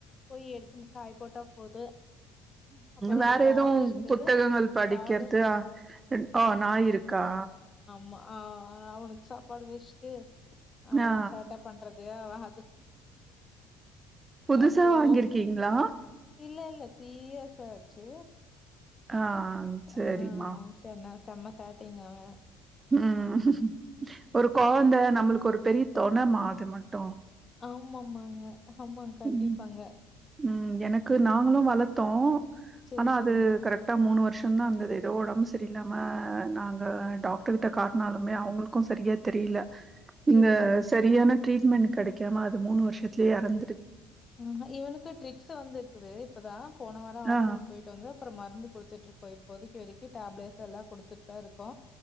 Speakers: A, on the left; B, on the right.
A: போயி எடுக்கும் காய போட்டா போது அப்றோ
B: வேற
A: டாக்
B: எதவும்
A: இருக்குது
B: புத்தகங்கள் படிக்கறது
A: டாக்
B: ஆஹ் நாயிருக்கா
A: ம ஆ அவனுக்கு சாப்பாடு வெஷ்ட்டு அவன்
B: ஆ
A: சேட்ட பண்றது அவ அது
B: புதுசா
A: அப்றோ
B: வாங்கிருக்கீங்களா
A: இல்ல இல்ல த்ரீ இயர்ஸ் ஆச்சு
B: ஆஹ் சரிம்மா
A: ஆ செம செம்ம சேட்டைங்க அவன்
B: உம் ஒரு குழந்தை நம்மளுக்கு ஒரு பெரிய தொண மா மட்டும்
A: ஆம்மாங்க ஆமாங்க கண்டிப்பாங்க
B: ம் ம் எனக்கு நாங்களு வளத்தோ
A: செரி
B: ஆனா
A: செரிங்க
B: அது கரெக்டா மூணு வருஷோ ந்தது ஏதோ உடம்பு சரில்ல்லாம நாங்க டாக்டர் கிட்ட காட்டினாலுமே அவங்களுக்கும் சரியா தெரியல
A: செரி
B: இந்த
A: செரி செரிங்க
B: சரியான ட்ரீட்மெண்ட் கெடைக் காம அது மூணு வருஷத்துலேயே எறந்து
A: உம் இவனுக்கு ட்ரிக்ஸ் வந்து இருக்குது இப்பதா போன வாரோ ஹாஸ்பிட்டல்
B: ஆ
A: போயிட்டு வந்தோ அப்புறோ மருந்து கொடுத்துட்டு இருக்கோம் இப்போதைக்கு வரைக்கும் டேப்லட்ஸ் எல்லாம் கொடுத்துட்டு தா இருக்கோ